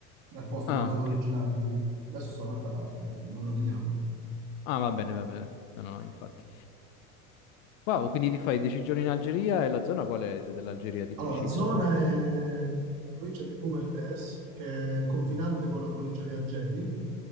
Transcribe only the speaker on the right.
nel posto
dove sono
originario, capito? Adesso sto da un'altra parte, non nominiamo.
Allora,
la zona è la provincia di Boumerdès, che è confinante con la provincia di Algeri.